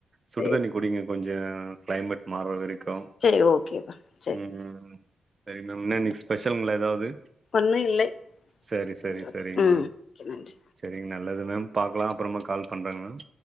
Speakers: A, on the right; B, on the left.
A: சுடு
B: சரி
A: தண்ணி குடிங்க கொஞ்சோ கிளைமேட் மாற வரைக்கு
B: சேரி ஓகேப்பா சரி
A: ம் ம் ம் சரி என்ன இன்னைக்கு ஸ்பெஷலுங்களா ஏதாது
B: ஒண்ணும் இல்லை
A: சேரி சேரி
B: சரி, ஓகே.
A: சேரிங்க
B: ம்
A: மேம்
B: ஓகே நன்றி
A: சேரிங்க நல்லது மேம் பாக்கலா அப்பறமா கால் பண்றேங்க மேம்